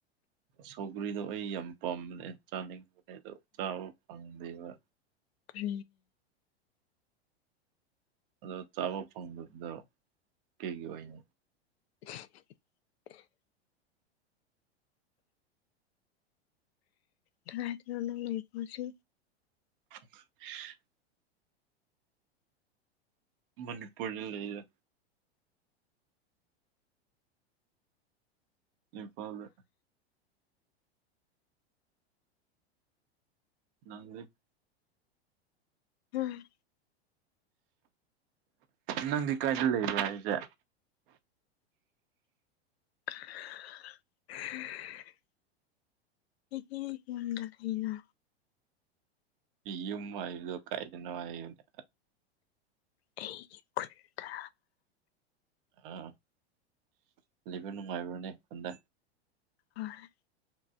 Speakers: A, on the right; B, on the left.
A: ꯁꯧꯒ꯭ꯔꯤꯗꯣ ꯑꯩ ꯌꯥꯝ ꯄꯥꯝꯕꯅꯦ ꯆꯥꯅꯤꯡꯕ ꯗꯣ ꯆꯕ ꯐꯪꯗꯕ
B: ꯀꯦ
A: ꯑꯗꯣ ꯆꯥꯕ ꯐꯪꯗꯕꯗꯣ ꯀꯩꯒꯤ ꯑꯣꯏꯅ
B: <unintelligible> ꯊꯔ ꯍꯗꯔ ꯂꯩꯄꯁꯤ
A: <unintelligible> ꯃꯅꯤꯄꯨꯔ ꯂꯩ ꯂꯩꯔ ꯏꯐ ꯑꯗꯨ ꯅꯪꯦ
B: ꯎꯝ
A: ꯅꯪꯗꯤ ꯀꯥꯏꯗ ꯂꯩꯕꯣ ꯍꯥꯏꯁꯦ
B: <unintelligible> ꯑꯩꯗꯒꯤ ꯌꯨꯝꯗꯥꯔꯦꯟꯅ
A: ꯌꯨꯝ ꯍꯥꯏꯕꯗꯣ ꯀꯥꯏꯗꯅꯣ ꯍꯥꯏꯕꯅꯦ
B: ꯑꯩ ꯈꯨꯠꯇ
A: ꯑꯥꯂꯤꯕ ꯅꯨꯡꯉꯥꯏꯕ꯭ꯔꯅꯦ ꯈꯟꯗꯦ
B: ꯍꯣꯏ